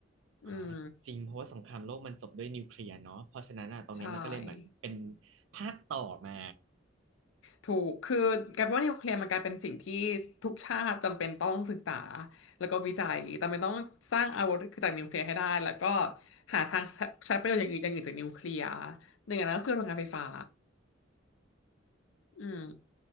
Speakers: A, on the right; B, on the left.
A: อ๋อ
B: อืม
A: จริงเพราะว่าสงครามโลกมันจบด้วยนิวเคลียร์เนาะเพราะฉะนั้นอ่ะตรงเนี้ยมันก็เลยเหมือนเป็น
B: ใช่
A: ภาคต่อมา
B: ถูกคือกลายเป็นว่านิวเคลียร์มันกลายเป็นสิ่งที่ทุกชาติจำเป็นต้องศึกษาแล้วก็วิจัยจำเป็นต้องสร้างอาวุธจากนิวเคลียร์ให้ได้แล้วก็หาทางใช้ใช้ประโยชน์อย่างอื่นอย่างอื่นจากนิวเคลียร์หนึ่งอันนั้นก็คือโรงงานไฟฟ้า อืม